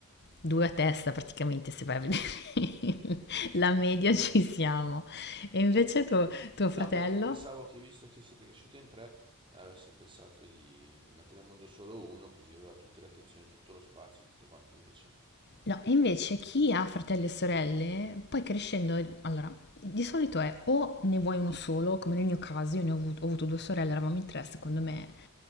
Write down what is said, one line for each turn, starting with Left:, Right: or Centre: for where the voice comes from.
Left: due a testa praticamente se vai a vedere <laughs> la media ci siamo. E invece tuo, tuo
Right: No,
Left: fratello?
Right: perché pensavo che visto che siete cresciute in tre, avesse pensato di mettere in mondo solo uno, così aveva tutte le attenzioni, tutto lo spazio, tutto quanto, invece
Left: No, e invece chi ha fratelli e sorelle, poi crescendo, allora, di solito è o ne vuoi uno solo, come nel mio caso, io ne ho avuto, ho avuto due sorelle, eravamo in tre, secondo me,